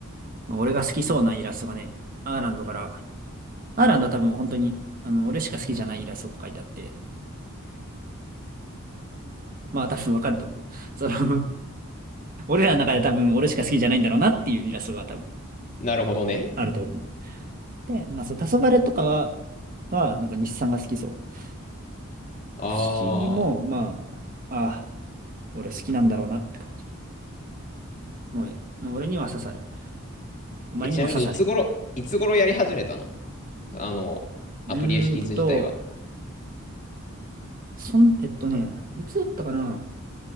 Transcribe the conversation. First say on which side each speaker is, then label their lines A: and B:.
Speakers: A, on the right; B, on the left.
A: まあ、俺が好きそうなイラストがね、アーランドから、アーランドは多分本当に、あの、俺しか好きじゃないイラストが書いてあって、まあ多分わかると思う。その、<laughs> 俺らの中で多分俺しか好きじゃないんだろうなっていうイラストが多分
B: なるほどね。
A: あると思う。で、まあそう、黄昏とかは、は、なんか日産が好きそう。
B: ああ。
A: 不思議も、まあ、ああ、俺好きなんだろうなって感じ。もう、もう俺には刺さる。お前にも刺され。
B: え、ちなみにいつ頃、いつ頃やり始めたのあの、アトリエシリーズ自体は。
A: うーんと、そん、えっとね、いつだったかな